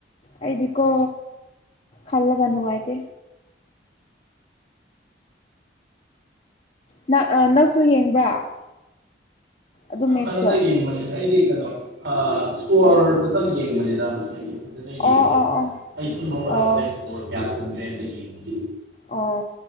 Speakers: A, on the left; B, on the right.
A: ꯑꯩꯗꯤꯀꯣ ꯈꯜꯂꯒ ꯅꯨꯡꯉꯥꯏꯇꯦ꯫ ꯅꯪ ꯑ ꯅꯪꯁꯨ ꯌꯦꯡꯕ꯭ꯔꯥ ꯑꯗꯨ
B: ꯑ
A: ꯃꯦꯠꯁꯇꯣ
B: ꯀꯅꯣꯗ ꯌꯦꯡꯕꯅꯦ ꯑꯩꯗꯤ ꯀꯅꯣ ꯑ ꯁ꯭ꯀꯣꯔꯗꯨꯗꯪ ꯌꯦꯡꯕꯅꯤꯗ <unintelligible> ꯗꯨꯗ ꯌꯦꯡꯗꯦ
A: ꯑꯣ ꯑꯣ
B: ꯑꯩ ꯇꯨꯝ ꯍꯧꯒꯠꯂꯛꯄꯗ
A: ꯑꯣ ꯑꯣ
B: ꯢꯁꯀꯣꯔ ꯀꯌꯥ ꯆꯟꯒ꯭ꯔꯦꯗꯣ ꯌꯦꯡꯕꯅꯦ
A: ꯑꯣ